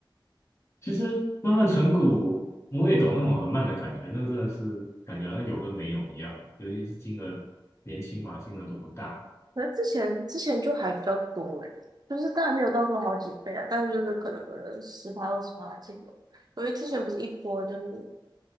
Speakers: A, on the left; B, on the right.
A: 其实慢慢存股，我也懂那种很慢的感觉，那个真的是感觉好像有跟没有一样，尤其是金额年轻嘛，金额都不大。
B: 可能之前之前就还比较多诶，就是当然没有到过好几倍啊，但是就是可能十趴二十趴还是有。因为之前不是一波就是